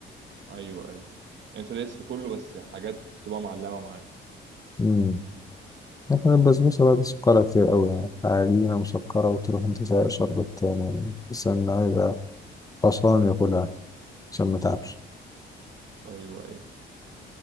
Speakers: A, on the right; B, on the left.
A: ايوه ايوه انت دايس في كله بس حاجات تبقى معلمه معايا
B: امم لكن البسبوسة بقى دي سكرها كتير قوي يعني عجينة مسكرة وتروح انت سايق شربت يعني بس انا هيبقى خسران ياكلها عشان ما تعبش
A: ايوه ايوه